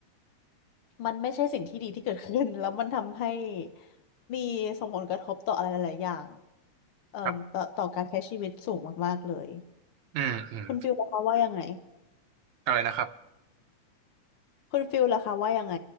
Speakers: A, on the left (about 75°); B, on the right (about 70°).
A: มันไม่ใช่สิ่งที่ดีที่เกิดขึ้น <laughs> แล้วมันทำให้มีส่งผลกระทบต่ออะไรหลายๆอย่างเอ่อต่อต่อการใช้ชีวิตสูงมากๆเลย
B: ครับอืมอืม
A: คุณฟิลล่ะคะว่ายังไง
B: อะไรนะครับ
A: คุณฟิลล่ะคะว่ายังไง